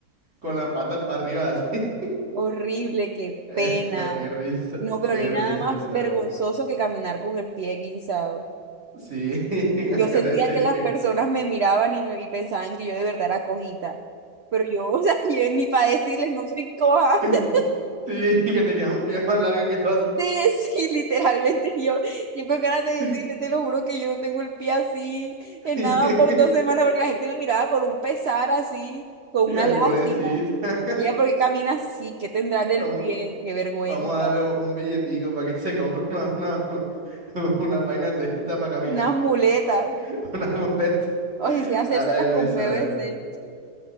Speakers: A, on the right; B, on the right.
A: con las patas para arriba así. <laughs>
B: Horrible, qué
A: Eh,
B: pena.
A: da, qué risa,
B: No, pero
A: qué
B: no hay nada
A: risa,
B: más
A: Isabel.
B: vergonzoso que caminar con el pie guinzado.
A: Sí, <laughs>
B: Yo
A: acá
B: sentía
A: te decían
B: que las
A: y que,
B: personas me miraban y, me- y pensaban que yo de verdad era cojita. Pero yo, o sea, <laughs> yo ni para decirles, no soy coja.
A: <laughs>
B: <laughs>
A: sí, que tenías un pie más largo que el otro.
B: De sí, literalmente yo, yo con ganas de
A: <laughs>
B: decirles, te lo juro que yo no tengo el pie así, en
A: Y,
B: nada por dos semanas, porque la gente me miraba con un pesar así, con
A: y
B: una
A: ay,
B: lástima.
A: pobrecita,
B: Y ella, ¿por qué camina así? ¿Qué tendrá en el
A: vamos,
B: pie? ¡Qué vergüenza!
A: vamos a darle un billetico para que se compre una, una, <laughs> Unas vainas de esta para caminar.
B: Unas muletas.
A: <laughs> Una muleta.
B: O si sea, hacérselas
A: Ay, no,
B: con
A: Isabela.
B: PVC.